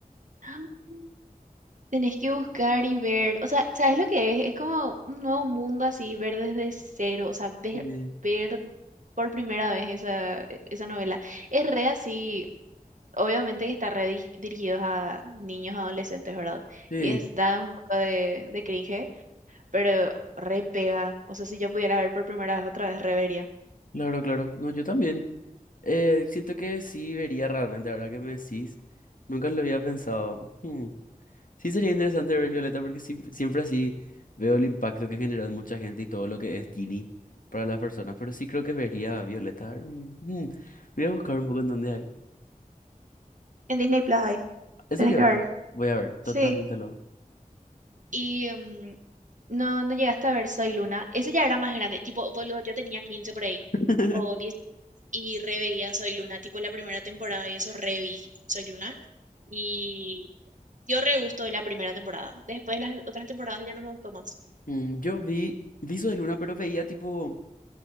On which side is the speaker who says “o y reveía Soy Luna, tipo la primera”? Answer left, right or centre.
Right